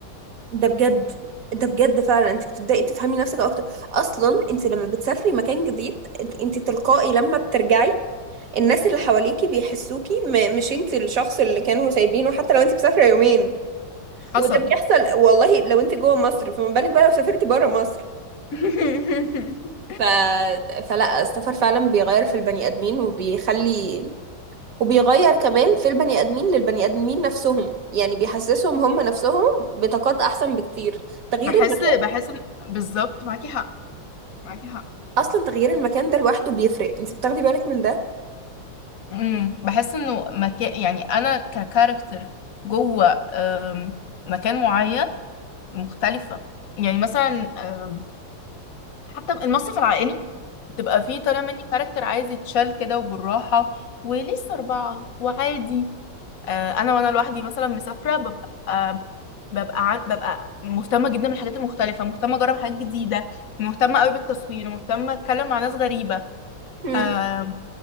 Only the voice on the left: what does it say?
حصل
<laughs>
بحس
بحس إن- بالظبط معاكي حق معاكي حق
امم بحس انه مكان يعني انا ككاركتر جوه أم، مكان معين مختلفه يعني مثلا أم، حتى المصيف العائلي بتبقى فيه طالع مني كاركتر عايز يتشال كده وبالراحه ولسه اربعه وعادي آه، انا وانا لوحدي مثلا مسافره ببقى آه، ببقى ع- ببقى مهتمه جدا بالحاجات المختلفه مهتمه اجرب حاجات جديده مهتمه قوي بالتصوير مهتمه اتكلم مع ناس غريبه
آه،